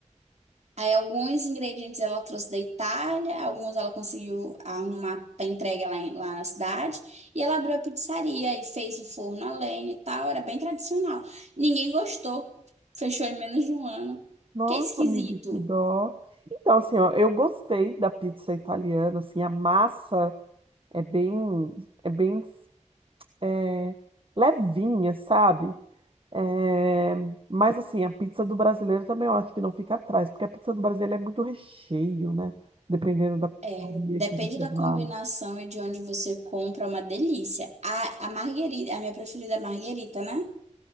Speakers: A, on the right (about 60°); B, on the right (about 45°).
A: Aí alguns ingredientes ela trouxe da Itália, alguns ela conseguiu arrumar para entrega lá, em- lá na cidade. E ela abriu a pizzaria e fez o forno a lenha e tal, era bem tradicional. Ninguém gostou, fechou em menos de um ano.
B: Nossa,
A: Que é esquisito.
B: amiga, que dó. Então, assim, ó, eu gostei da pizza italiana, assim, a massa é bem, é bem, é, levinha, sabe? É, mas assim, a pizza do brasileiro também eu acho que não fica atrás, porque a pizza do brasileiro é muito recheio, né? Dependendo da pizzaria
A: É, depende
B: que você
A: da
B: vai.
A: combinação e de onde você compra, é uma delícia. A, a marguerita, a minha preferida é a marguerita, né?